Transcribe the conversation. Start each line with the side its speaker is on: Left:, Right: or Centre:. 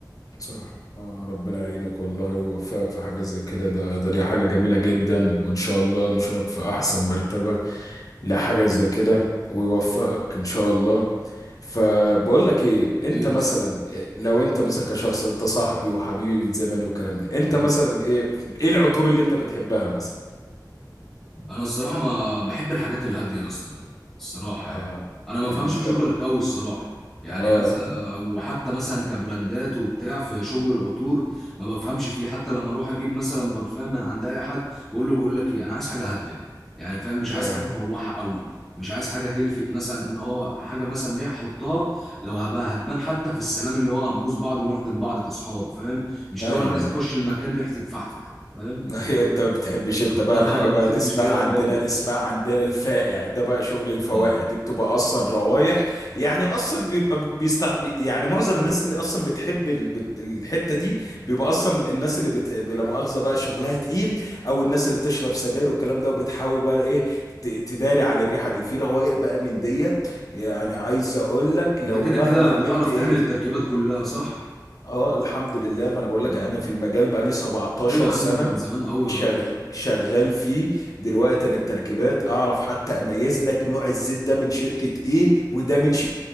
Left: صح آه ربنا يعينك والله ويوفقك في حاجة زي كده ده ده دي حاجة جميلة جدا وإن شاء الله نشوفك في أحسن مرتبة لحاجة زي كده ويوفقك إن شاء الله فبقول لك إيه أنت
Centre: ايه
Left: مثلا
Centre: يا اسطى
Left: إيه، لو أنت مثلا كشخص أنت صاحبي وحبيبي من زمان والكلام ده أنت
Centre: أيوة.
Left: مثلا إيه إيه العطور اللي أنت بتحبها مثلا
Centre: انا الصراحه ما بحب الحاجات الهاديه يا اسطى كده الصراحه
Left: آه
Centre: يعني انا
Left: يعني
Centre: ما بفهمش
Left: أنت
Centre: في شغلك قوي الصراحه يعني
Left: آه
Centre: مثلا
Left: آه
Centre: وحتى مثلا كبراندات وبتاع في شغل العطور ما بفهمش فيه حتى لما اروح اجيب مثلا برفان من عند اي حد بقول له بقول لك ايه انا عايز حاجه هاديه يعني فاهم مش
Left: آه،
Centre: عايز حاجه فواحه قوي مش عايز حاجه تلفت مثلا ان اه حاجه مثلا ريحه احطها لو هبقى هتبان حتى في السلام اللي هو هنبوس بعض ونحضن بعض كاصحاب فاهم مش اللي
Left: أيوه
Centre: هو انا عايز اخش
Left: أيوه
Centre: المكان ريحتي تفحفح فاهم
Left: <laughs> ايوه انت ما بتحبش
Centre: <laughs>
Left: انت بقى
Centre: ما
Left: الحاجه بقى
Centre: بحبش
Left: دي اسمها
Centre: كده
Left: عندنا
Centre: خالص
Left: اسمها عندنا الفائع ده بقى شغل الفوائع
Centre: اه
Left: دي بتبقى اصلا روايح يعني اصلا بيبقى بيستغ... يعني معظم الناس اللي اصلا بتحب ال- بت- الحته دي بيبقى اصلا الناس اللي بتحب لا مؤاخذه بقى شغلها تقيل او الناس اللي بتشرب سجاير والكلام ده وبتحاول بقى ايه ت- تداري عن الريحه دي في روايح بقى من ديت يعني عايز اقول لك لو
Centre: انت كده
Left: مهما
Centre: كده
Left: عملت
Centre: بتعرف
Left: ايه
Centre: تعمل التركيبات كلها صح؟
Left: اه الحمد لله ما انا بقول لك
Centre: اه
Left: انا في المجال بقى لي 17
Centre: ايوه يا عم
Left: سنه
Centre: انت من زمان قوي
Left: شغ...
Centre: اه
Left: شغال فيه دلوقتي انا التركيبات اعرف حتى اميز لك نوع الزيت ده من شركة ايه وده من ش-